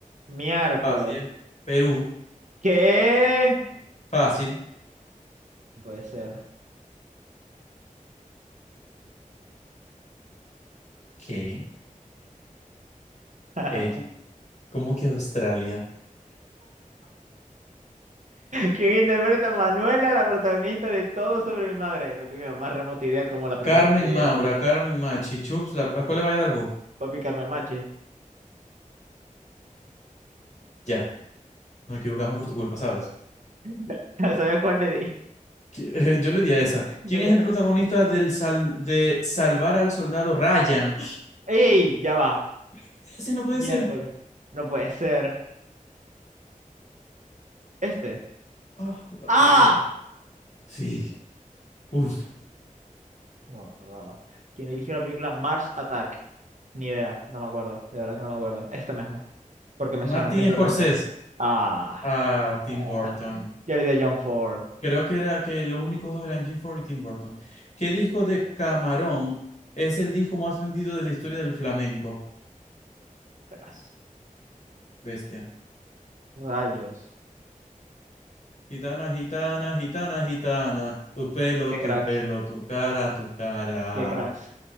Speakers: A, on the right (about 60°); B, on the left (about 55°).
A: miércoles.
B: Fácil. Perú.
A: ¿Qué?
B: Fácil.
A: Puede ser.
B: ¿Qué?
A: <laughs>
B: Eddie. ¿Cómo que Australia?
A: ¿Quién interpreta a Manuela, la protagonista de Todo sobre mi madre? No tengo la más remota idea como la pregunta
B: Carmen
A: anterior.
B: Maura, Carmen Machi, Chups, la- ¿a cuál le vaya a dar vos?
A: Papi Carmen Machi.
B: Ya, nos equivocamos por tu culpa, ¿sabes?
A: <laughs> ¿Sabías cuál le di?
B: Que- <laughs> Yo le di a esa.
A: No,
B: ¿Quién
A: yo
B: es el
A: no.
B: protagonista del sal de Salvar al Soldado Ryan?
A: ¡Ey! Ya va.
B: <gasps> Ese no puede
A: Miércoles.
B: ser.
A: No puede ser. Este.
B: Ah, la
A: ¡Ah!
B: pegué. Sí. Uf.
A: No me acordaba. ¿Quién dirigió la película Mars Attack? Ni idea. No me acuerdo. De verdad que no me acuerdo. Este mismo. Porque me
B: Martin
A: suena simplemente.
B: Scorsese.
A: Ah.
B: Ah, Tim
A: Ah.
B: Burton.
A: Yo le di a John Ford.
B: Creo que era que los únicos dos eran Jim Ford y Tim Burton. ¿Qué disco de Camarón es el disco más vendido de la historia del flamenco?
A: Tras.
B: Bestia.
A: Rayos.
B: Gitana, gitana, gitana, gitana. Tu pelo,
A: Qué
B: tu
A: cracks.
B: pelo, tu cara, tu cara.
A: Qué cracks.